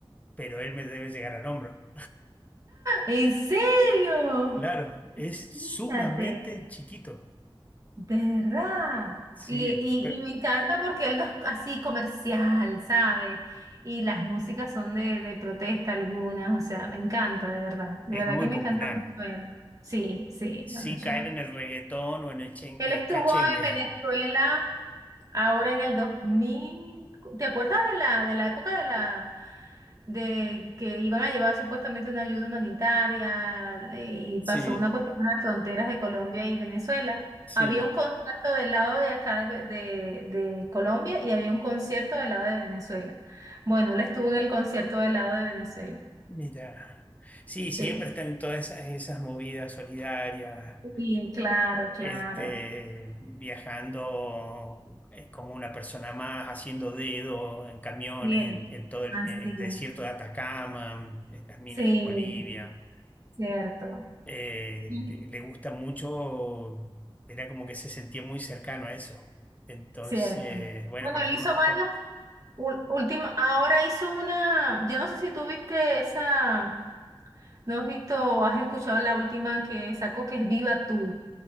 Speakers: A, on the left; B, on the right.
A: pero él me debe llegar al hombro.
B: ¿en serio?
A: Claro, es
B: Fíjate,
A: sumamente chiquito.
B: de verdad.
A: Sí,
B: Y, y,
A: pero
B: y me encanta porque él no es así comercial, ¿sabes? Y las músicas son de, de protesta algunas, o sea, me encanta, de verdad. De
A: es
B: verdad
A: muy
B: que me
A: popular.
B: encanta mucho él. Sí, sí,
A: Sin
B: bueno, chao.
A: caer en el reggaetón o en el chen-
B: Él
A: eh,
B: estuvo
A: cachengue.
B: en Venezuela ahora en el 2000. ¿Te acuerdas de la, de la época de la, de que iban a llevar supuestamente una ayuda humanitaria eh, y pasó
A: Sí,
B: una cuestión en las fronteras de Colombia y Venezuela.
A: sí.
B: Había un concierto del lado de acá de, de- de Colombia y había un concierto del lado de Venezuela. Bueno, él estuvo en el concierto del lado de Venezuela.
A: Mira. Sí, siempre
B: Sí.
A: están en todas esas, esas movidas solidarias,
B: Sí, claro, claro.
A: este, viajando eh, como una persona más, haciendo dedo en camiones,
B: Sí, es,
A: en, en todo el,
B: así.
A: en
B: es.
A: el desierto de Atacama, en las minas
B: Sí,
A: en Bolivia.
B: cierto.
A: Eh,
B: Ujú.
A: le gusta mucho, era como que se sentía muy cercano a eso. Entonces,
B: Cierto.
A: bueno,
B: Bueno,
A: con
B: él
A: las,
B: hizo
A: ma-
B: varios.
A: con-
B: ul- Último, ahora hizo una, yo no sé si tú viste esa, ¿No has visto o has escuchado la última que sacó que es Viva tú,